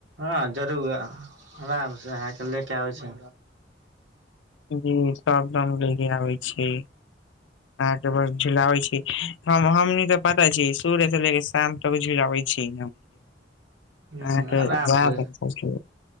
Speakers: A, on the right (about 85°); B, on the left (about 85°).
A: हँ जरूर आराम से अहके ले के आबै छै
B: जी सबदम ले के आबै छी अहाँके बस झुलाबै छी हम हमनी तऽ पता छी सूर्यसँ ले के शाम किछु लबै छी अहाँके
A: ह आराम
B: याद
A: से
B: है।